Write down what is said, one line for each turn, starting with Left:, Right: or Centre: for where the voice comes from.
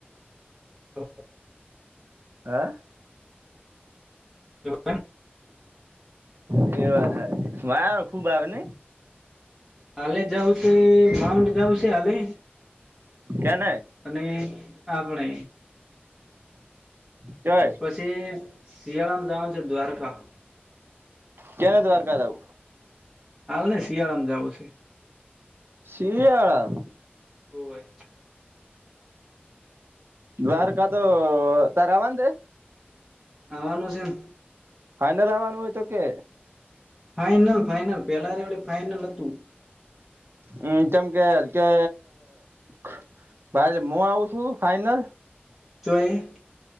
Centre: હ
Right: હા
Centre: કે
Right: પીવા થાય વા ખુબ આવે નઈ
Centre: હાલે જઉ છે માઉન્ટ જાઉ છે હાલે
Right: કે ન
Centre: અને આપણે
Right: કય
Centre: પછી શિયાળામાં જવાનું છે દ્વારકા
Right: ક્યારે દ્વારકા જવું છે
Centre: હાલ ને શિયાળામાં જાવું છે
Right: શિયાળો
Centre: હોવે- -
Right: દ્વારકા તો તારવાની છે
Centre: આવવાનું હ છે ન
Right: ફાઈનલ આવવાનું હોય તો કે
Centre: ફાાઈનલ ફાાઈનલ પેલા એડે ફાઈનલ હતું.
Right: હમ જેમ કે કે ખ ભાઈ હું આવઉ છું ફાઈનલ
Centre: જોઈ